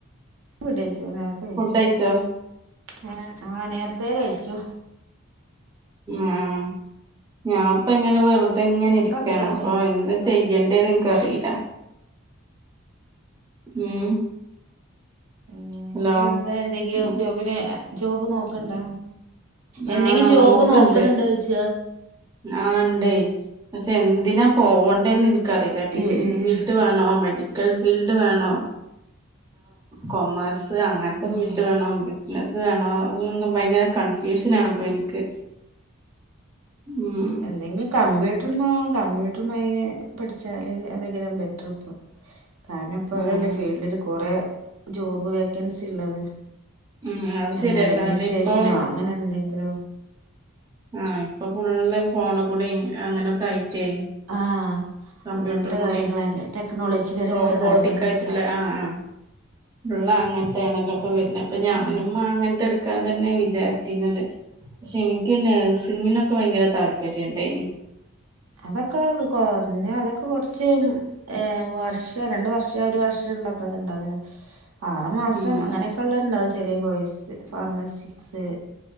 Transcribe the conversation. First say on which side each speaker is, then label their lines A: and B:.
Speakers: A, on the right; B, on the right.
A: ട്ടഴച്ചു നേരത്തെ കഴിച്ചു
B: കഴിച്ചോ
A: ആ ആഹ നേരത്തെേ കഴിച്ചു
B: ആഹ ഞാൻപ്പ എങ്ങനെ വെറ അത ഇങ്ങനെ
A: മക്കളൊക്കെ
B: ഇരിക്കയാണ്
A: പോയില്ലേ
B: അപ്പൊ എന്താ
A: ക്ലാസ്
B: ചെയ്യണ്ടേന്ന് എനക്ക് അറിയില്ല ഉം
A: ഉ
B: ഹലോ
A: എന്താ എന്തെങ്കിലും
B: ഉം
A: ജോബിനെ ജോബ് നോക്കണ്ടോ എന്തെങ്കിലും
B: ആഹ്
A: ജോബ്
B: നോക്കണ്ട്
A: നോക്കണണ്ടോ ചച്ച
B: ആഹ് ഇണ്ടേ പക്ഷെ എന്തിനാ പോകണ്ടേന്ന് എനിക്കറിയില്ല ടീച്ചിങ്
A: ഏഹ് ഏഹ്
B: ഫീൽഡ് വേണോ മേഡി ഫീൽഡ് വേണോാ കൊമേഴ്സ് അങ്ങനത്തെ
A: ആഹ്
B: ഫീൽഡ് വേണോ പിത് വേണും ഭയങ്കര കൺഫ്യൂഷന ആാണ്പ്പൊ എനിക്ക് ഉം
A: എന്തെങ്കിലും കമ്പ്യൂട്ടർ കമ്പ്യൂ പഠിച്ചാല് അതാം ബെറ്റർ ഇപ്പൊ കാരണം ഇപ്പ
B: ഉം
A: അതല്ലേ ഫീൽഡില് കൊറെ ജോബ് വേക്കൻസി ഉള്ളത്
B: ഉം അത്
A: എന്നാ
B: ശരിയാ
A: അഡ്മിനിസ്ട്രേഷനോ
B: കാരണം ഇപ്പൊ
A: അങ്ങനെ എന്തെങ്കിലോ
B: ആഹ ഇപ്പൊ ഫുള്ള് ഫോണ കൂടി അങ്ങനെയൊക്കെ ആയിറ്റായി
A: ആഹ്
B: കമ്പ്യൂട്ടർ
A: അങ്ങനത്തെ
B: കൂടി
A: കാര്യങ്ങളല്ലേ ടെക്നോളജി പരമായ
B: റോബോട്ടിക്
A: കാര്യങ്ങളല്ലേ
B: ആയിട്ടുള്ള
A: പഠി
B: ആഹ ആ ഉള്ള അങ്ങന യാണല്ലോ ഇപ്പ വരുന്നത് അപ്പൊ ഞാനും
A: ആഹ്
B: അങ്ങനത്തെ എടുക്കാൻ തന്നെയ വിചാരിച്ചിരുന്നത് പക്ഷെ എനിക്ക് പിന്നെ സിങ്ങിനൊക്കെ ഭയങ്കര താല്പര്യുണ്ട ഇനി
A: അതൊക്കെ കൊഞ്ഞെ അതൊക്കെ കൊറച്ച് ഏ വർഷ രണ്ട വർഷ ഒരു വർഷം ഇതാക്കക്കെ ഇണ്ടാവര ആറു മാസം
B: ഉം
A: അങ്ങനൊക്കെ ഉള്ള ഉണ്ടാവും ചെിലിയ കോഴ്സ് ഫാർമസിക്സ്